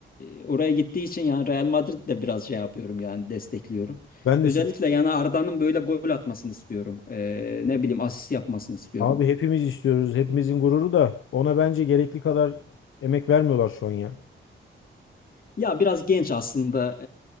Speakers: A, on the left; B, on the left.
A: e, oraya gittiği için yani Real Madrid'i de biraz şey yapıyorum yani destekliyorum.
B: Ben
A: Özellikle
B: de seviyorum.
A: yani Arda'nın böyle gol atmasını istiyorum. E, ne bileyim asist yapmasını istiyorum.
B: Abi hepimiz istiyoruz. Hepimizin gururu da ona bence gerekli kadar emek vermiyorlar şu an ya.
A: Ya biraz genç aslında